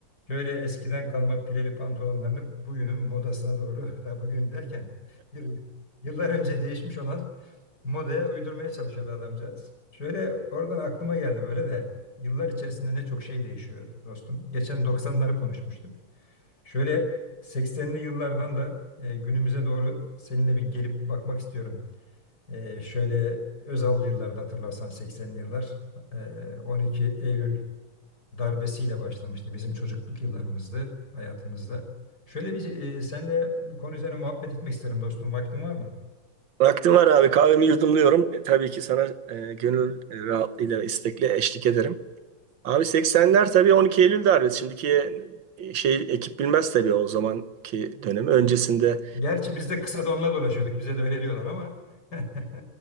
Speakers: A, on the left; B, on the right.
A: Şöyle eskiden kalma pileli pantolonlarını bugünün modasına doğru, <laughs> daha bugün derken yıl- yıllar önce değişmiş olan modaya uydurmaya çalışıyordu adamcağız. Şöyle oradan aklıma geldi böyle de yıllar içerisinde ne çok şey değişiyor dostum. Geçen 90'ları konuşmuştuk. Şöyle 80'li yıllardan da e, günümüze doğru seninle bir gelip bakmak istiyorum. E, şöyle Özallı yıllarda hatırlarsan 80'li yıllar e, 12 Eylül darbesiyle başlamıştı bizim çocukluk yıllarımızda, hayatımızda. Şöyle bir e, senle bu konu üzerine muhabbet etmek isterim dostum. Vaktin var mı?
B: Vaktim var abi. Kahvemi yudumluyorum. E, tabii ki sana e, gönül e, rahatlığıyla, istekle eşlik ederim. Abi 80'ler tabii 12 Eylül darbesi. Şimdiki e, şey ekip bilmez tabii o zamanki dönemi. Öncesinde
A: Gerçi biz de kısa donla dolaşıyorduk. Bize de öyle diyorlar ama. <laughs>